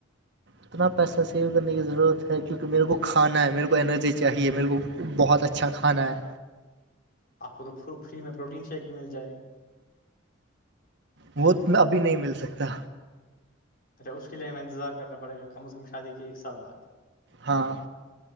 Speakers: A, on the right; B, on the left.
A: اتنا پیسہ سیو کرنے کی ضرورت ہے کیونکہ میرے کو کھانا ہے میرے کو انرجی چاہیے میرے کو بہت اچھا کھانا ہے
B: آپ کو تو فری میں پروٹین شیک بھی مل جائے گا
A: وہ ابھی نہیں مل سکتا
B: اچھا اس کے لیے ہمیں انتظار کرنا پڑے گا کم از کم شادی کے ایک سال بعد
A: ہاں